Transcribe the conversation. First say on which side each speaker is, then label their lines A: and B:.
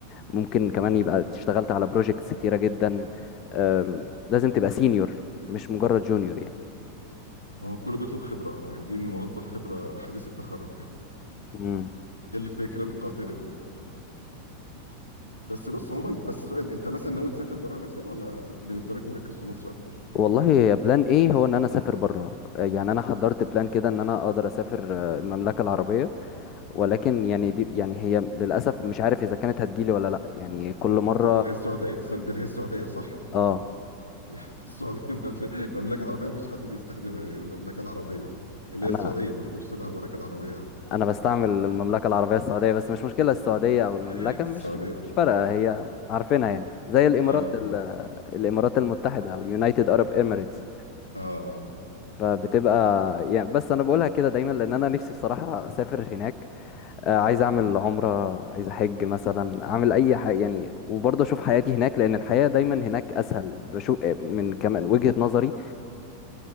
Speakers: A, on the left; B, on the left.
A: ممكن كمان يبقى اشتغلت على بروجيكتس كتيرة جدا آم، لازم تبقى سينيور مش مجرد جونيور يعني
B: ما هو كله بيطلب خبرة اه عايزين موظف خبرة حديث التخرج <laughs>
A: مم.
B: الفكرة القاطرة دي بس بص عموما بس السؤال انت مثلا ناوي تسافر بره مثلا ولا بالنسبة لك مركز في مصر اكتر
A: والله يا بلان ايه هو ان انا اسافر بره يعني انا حضرت بلان كده ان انا اقدر اسافر آه، المملكه العربيه ولكن يعني دي يعني هي للاسف مش عارف اذا كانت هتجيلي ولا لا يعني كل مره
B: د- د- اللي هي السعودية س- دي اللي هي السعودية صح
A: اه
B: <laughs> السعودية ما في- المملكة العربية مفيش حد بيستخدمها يعني المملكة العربية اللي
A: انا
B: هي السعودية ما بقولش العم- المملكة العربية قوي
A: انا بستعمل المملكه العربيه السعوديه بس مش مشكله السعوديه او المملكه
B: السعودية
A: مش
B: اه
A: مش فارقه هي عارفينها يعني زي الامارات
B: اه اه
A: ال- الامارات المتحده او اليونايتد ارب اميريتس
B: اه اه
A: فبتبقى يعني بس انا بقولها كده دايما لان انا نفسي بصراحه اسافر هناك آه، عايز اعمل عمره عايز احج مثلا اعمل اي حاجه يعني وبرضه اشوف حياتي هناك لان الحياه دايما هناك اسهل بشوف آه، من كمان وجهه نظري